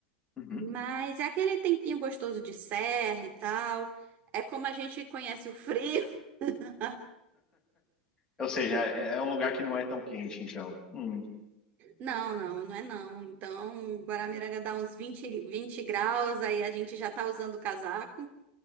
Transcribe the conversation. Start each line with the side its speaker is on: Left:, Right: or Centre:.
Left: Uhum.
Right: Mas é aquele tempinho gostoso de serra e tal. É como a gente conhece o frio. <laughs>
Left: Ou seja, é, é um lugar que não é tão quente, então. Hum.
Right: Não, não, não é não. Então, Guaramiranga dá uns 20, 20 graus, aí a gente já tá usando o casaco.